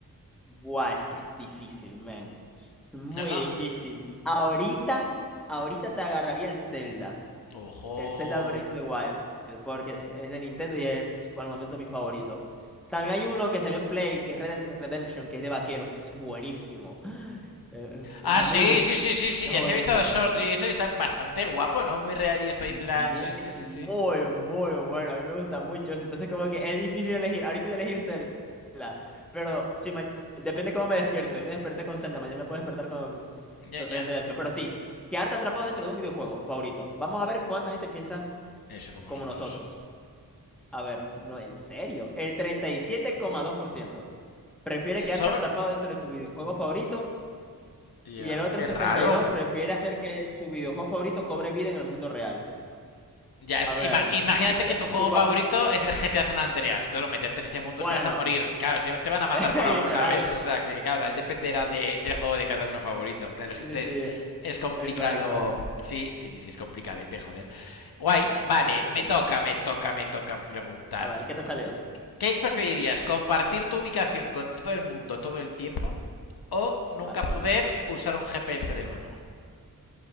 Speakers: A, in the centre; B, on the left.
A: Guau, es que es difícil, man, es muy
B: No, no.
A: difícil. Ahorita, ahorita te agarraría el Zelda.
B: Ojo.
A: El Zelda Breath of the Wild, porque e, es de Nintendo y es pues, por el momento mi favorito. También hay uno que salió en Play, que es Redem- Redemption, que es de vaqueros, que es buenísimo. <gasps> Eh, Es
B: Ah,
A: muy,
B: sí,
A: muy
B: sí, sí, sí, sí.
A: joven
B: Ese he visto
A: este.
B: los shorts y eso y está bastante guapo, ¿no? Muy realista
A: Es
B: y
A: muy,
B: plan. Sí, sí,
A: es
B: sí,
A: muy,
B: sí.
A: muy bueno. A mí me gusta mucho este. Entonces, como que es difícil elegir. Ahorita voy a elegir Zelda, pero si ma- depende cómo me despierto. Hoy me desperté con Zelda, mañana me puedo despertar con,
B: Ya,
A: con
B: ya.
A: Red Dead Redemption. Pero sí, quedarte atrapado dentro de un videojuego favorito. Vamos a ver cuánta gente piensa
B: Eso como
A: como
B: nosotros.
A: nosotros. A ver, no, en serio. El treinta y siete coma dos por ciento prefiere
B: Sol.
A: quedarse atrapado dentro de tu videojuego favorito
B: Ya,
A: y el otro
B: qué
A: 62%
B: raro.
A: prefiere hacer que su videojuego favorito cobre vida en el mundo real.
B: Ya, es
A: A
B: que
A: ver,
B: ima- imagínate
A: si, eh,
B: que tu juego
A: supongo.
B: favorito es el GTA San Andreas. Claro, meterte en ese mundo
A: Bueno,
B: es que vas a morir. Claro, es que te van a
A: <laughs>
B: matar por algún
A: literal.
B: lado, ¿ves? O sea, que claro, también dependerá
A: Li-
B: de- del juego de cada uno favorito. Claro, es
A: Sí,
B: que este
A: sí,
B: es, es complicado.
A: exacto.
B: Sí, sí, sí, sí, es complicadete, joder. Guay,
A: Sí, sí,
B: vale,
A: sí, es
B: me
A: complicado.
B: toca, me toca, me toca preguntar.
A: A ver, ¿qué te salió?
B: ¿Qué preferirías? ¿Compartir tu ubicación con todo el mundo todo el tiempo? ¿O nunca
A: A la
B: poder
A: broma.
B: usar un GPS de nuevo?